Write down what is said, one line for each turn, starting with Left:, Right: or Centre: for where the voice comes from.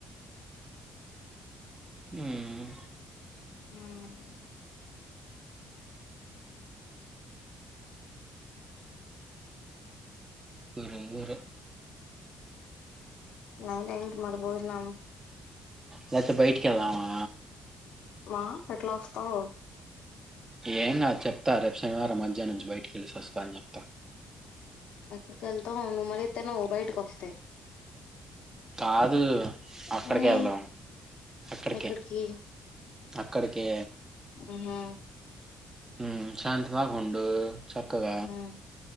Right: మ్మ్మ్మ్
Left: మ్మ్మ్మ్
Right: ఒరె ఒరె
Left: నైట్ ఏంటి మరి భోజనం
Right: లేతే బయ్టికెళ్దామా
Left: వా ఎట్లా వస్తవ్
Right: ఏం గాదు చెప్తా రేపు శనివారం మధ్యనుంచి బయ్టికెళ్ళెసి వస్తా అని చెప్తా
Left: ఎక్కడికెళ్తవ్ నువ్ ఇతనువ్ బయటకి వస్తే
Right: కాదు అక్కడికే
Left: మ్మ్
Right: ఎళ్దాం అక్కడికే
Left: ఎక్కడికి
Right: అక్కడికే
Left: మ్మ్ హు
Right: మ్మ్ సాయత్రం దాక ఉండు చక్కగ
Left: మ్మ్